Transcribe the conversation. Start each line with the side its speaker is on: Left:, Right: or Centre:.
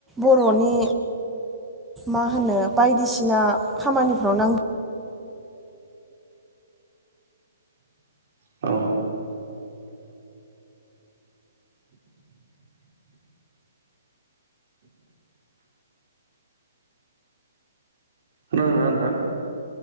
Centre: बर'नि मा होनो बायदिसिना खामानिफ्राव नां
Right: खोनादोंना खोनादों ना नोंथां।